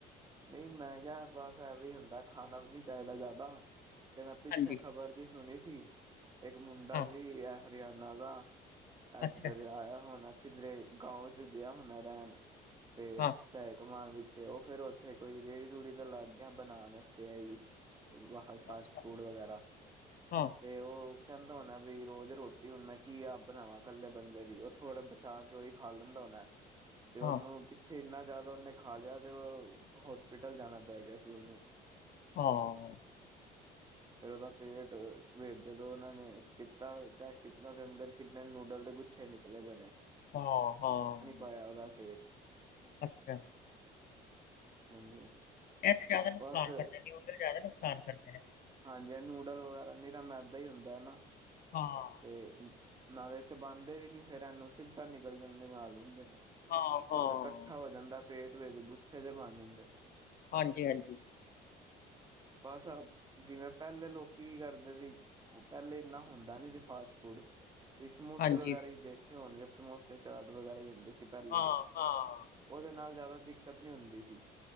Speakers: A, on the right (about 25°); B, on the left (about 60°).
A: ਨਹੀਂ ਮੈਂ ਕਿਹਾ, ਬੱਸ ਐਵੇ ਹੀ ਹੁੰਦਾ ਖਾਣਾ ਵੀ ਨਹੀ ਚਾਹੀਦਾ ਜ਼ਿਆਦਾ, ਤੇ ਮੈਂ ਪਿੱਛੇ
B: ਹਾਂਜੀ
A: ਖ਼ਬਰ ਦੀ ਸੁਣੀ ਸੀ। ਇੱਕ ਮੁੰਡਾ
B: ਹਾਂ
A: ਵੀ ਇਹ ਹਰਿਆਣਾ ਦਾ ਇੱਧਰ
B: ਅੱਛਾ
A: ਆਇਆ ਹੋਣਾ ਕਿਧਰੇ ਗਾਉ ਚ ਗਿਆ ਹੋਣਾ ਰਹਿਣ। ਤੇ
B: ਹਾਂ
A: ਪੈਸੇ ਕਮਾਣ ਵਿੱਚ, ਉਹ ਫੇਰ ਉੱਥੇ ਕੋਈ ਰੇੜੀ ਰੂਹੜੀ ਤਾਂ ਲਗ ਗਿਆ ਬਣਾਉਣ ਵਾਸਤੇ ਏਈ ਵ ਫਾਸਟ
B: ਅੱਛਾ
A: ਫੂਡ ਵਗੈਰਾ,
B: ਹਾਂ
A: ਤੇ ਉਹ ਕਹਿੰਦਾ ਹੋਣੈ ਬਈ ਰੋਜ਼ ਰੋਟੀ ਹੁਣ ਮੈਂ ਕੀ ਆਪ ਬਣਾਵਾਂ। ਇਕੱਲੇ ਬੰਦੇ ਦੀ ਉਹ ਥੋੜੇ ਬਚਾ ਕੇ ਉਹੀ ਖਾ ਲੈਂਦਾ ਹੋਣਾ। ਤੇ ਉਹਨੂੰ
B: ਹਾਂ
A: ਪਿੱਛੇ ਇੰਨਾ ਜ਼ਿਆਦਾ ਉਹਨੇ ਖਾ ਲਿਆ ਤੇ ਉਹ ਹੋਸਪਿਟਲ ਜਾਣਾ ਪੈ ਗਿਆ ਸੀ। ਉਹਨੂੰ
B: ਹਾਂ
A: <inaudible> ਫੇਰ ਉਹਦਾ ਪੇਟ ਜਦੋਂ ਉਹਨਾਂ ਨੇ ਕਿ ਕੀਤਾ ਚੈਕ ਕੀਤਾ ਦੇ ਅੰਦਰ ਕਿਨੇ ਨੂਡਲ ਦੇ ਛੇ ਨਿਕਲੇ ਬਣੇ
B: ਹਾਂ-ਹਾਂ
A: ਮਾਇਆ ਉਹਦਾ ਪੇਟ
B: ਅੱਛਾ।
A: ਹਾਂਜੀ।
B: ਇਹ ਤੇ ਜ਼ਿਆਦਾ ਨੁਕਸਾਨ
A: ਬਸ
B: ਕਰਦੇ ਨਿਊਡਲ ਜ਼ਿਆਦਾ ਨੁਕਸਾਨ ਕਰਦੇ ਨੇ
A: ਹਾਂਜੀ ਨੂਡਲ ਵਗੈਰਾ ਨੀਰਾ ਮੈਦਾ ਹੀ ਹੁੰਦਾ ਹਨਾ
B: ਹਾਂ।
A: ਤੇ ਨਾਲੇ ਚਬਾਂਦੇ ਵੀ ਨੀ ਫੇਰ ਇਹਨੂੰ ਸਿੱਧਾ ਨਿਕਲ ਜਾਂਦੇ ਨਾਲ ਲੈਂਦੇ ਨੇ
B: ਹਾਂ ਹਾਂ
A: ਉਹ ਫਿਰ ਇਕੱਠਾ ਹੋ ਜਾਂਦਾ ਪੇਟ ਵਿੱਚ ਗੁੱਛੇ ਜੇ ਬਣ ਜਾਂਦੇ ਨੇ
B: ਹਾਂਜੀ- ਹਾਂਜੀ
A: <inaudible> ਬੱਸ ਜਿਵੇਂ ਪਹਿਲੇ ਲੋਕੀ ਕੀ ਕਰਦੇ ਸੀ। ਉਹ ਪਹਿਲੇ ਇੰਨਾ ਹੁੰਦਾ ਨੀ ਸੀ। ਫਾਸਟ ਫੂਡ ਤੁਸੀਂ ਸਮੋਸੇ
B: ਹਾਂਜੀ,
A: ਵਗੈਰਾ ਹੀ ਦੇਖੇ ਹੋਣਗੇ ਸਮੋਸੇ ਚਾਟ ਵਗੈਰਾ ਹੀ ਹੁੰਦੇ ਸੀ। ਪਹਿਲੇ
B: ਹਾਂ,
A: ਦੇ
B: ਹਾਂ,
A: ਉਹਦੇ ਨਾਲ ਜਿਆਦਾ ਦਿੱਕਤ ਨੀ ਹੁੰਦੀ ਸੀ।